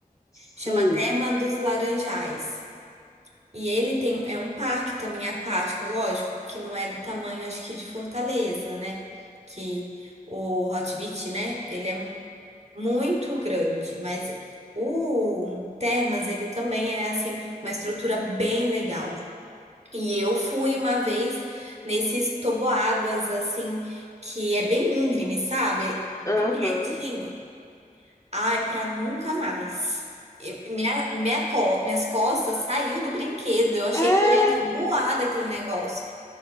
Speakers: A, on the left (about 20°); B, on the right (about 45°).
A: Sim.
B: Chama Terma dos Laranjais. E ele tem, é um parque também aquático, lógico, que não é do tamanho, acho que, de Fortaleza, né? Que o Hot Beach, né? Ele é mu- muito grande, mas o Termas, ele também é, assim, uma estrutura bem legal. E eu fui uma vez nesses toboáguas, assim, que é bem íngreme, sabe? Bem
A: Aham.
B: retinho. Ai, pra nunca mais. Eu- minha, minha co- minhas costas saiu do brinquedo. Eu achei
A: É,
B: que eu ia voar daquele negócio.